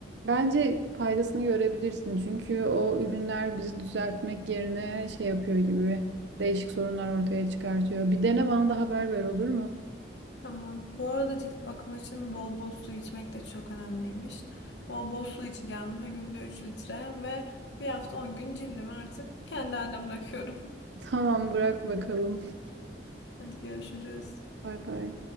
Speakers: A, on the right; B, on the left.
A: Bence faydasını görebilirsin çünkü o ürünler bizi düzeltmek yerine şey yapıyor gibi değişik sorunlar ortaya çıkartıyor. Bir dene bana da haber ver olur mu?
B: Tamam. Bu arada cilt bakımı için bol bol su içmek de çok önemliymiş. Bol bol su içeceğim. Her günde 3 litre ve bir hafta 10 gün cildimi artık kendi haline bırakıyorum.
A: <laughs> Tamam bırak bakalım.
B: <laughs> Hadi görüşürüz.
A: Bay bay.